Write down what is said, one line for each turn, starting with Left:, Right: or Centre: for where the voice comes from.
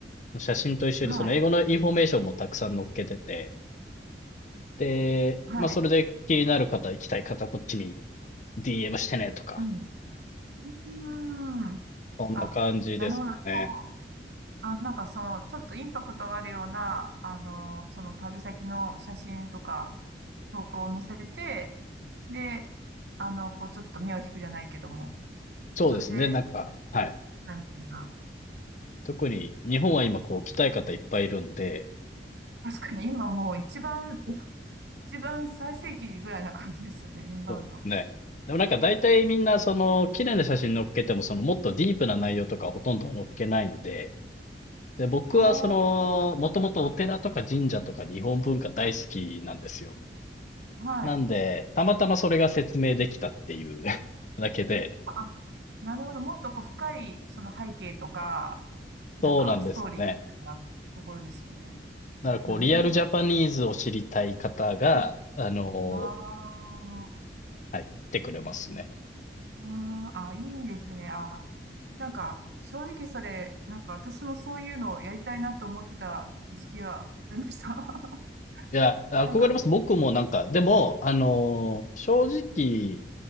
Left: 写真と一緒にその英語のインフォメーションもたくさん載っけてて、
Right: はい。
Left: で、
Right: はい。
Left: まあ、それで気になる方、行きたい方、こっちに DM してねとか、
Right: うん。うーん。
Left: そんな感じですかね。
Right: あ、なるほど。なるほどあ、なんかその、ちょっとインパクトがあるような、あの、その旅先の写真とか、投稿を載せて、で、あの、こう、ちょっと目を引くじゃないけども、
Left: そうですね。
Right: それで、
Left: なんか、はい。
Right: みたいな。
Left: 特に日本は今こう来たい方いっぱいいるんで、
Right: 確かに今もう一番、
Left: そう
Right: 一番最盛期ぐらいな感じですよね、インバウンド。
Left: そうですね。
Right: あ
Left: でもなんか大体みんなその綺麗な写真載っけてもそのもっとディープな内容とかほとんど載っけないんで、で、僕はその、
Right: あ、
Left: もともとお寺とか神社とか日本文化大好きなんですよ。
Right: はい。
Left: なんで、たまたまそれが説明できたっていう <laughs> だけで、
Right: あ、なるほど。もっとこう深いその背景とか、なんかストーリーなところですよね。
Left: そうなんですね。だからこう、
Right: なるほ
Left: リアルジャパニーズを知りたい方が、
Right: ど。
Left: あの
Right: ああ、
Left: はい、来てくれますね。
Right: あーあ、いいですね。あ、なんか、正直それ、なんか私もそういうのをやりたいなと思ってた時期がありました。<laughs>
Left: いや、憧れます。
Right: なんか、
Left: 僕もなんか、でも、あのー正直、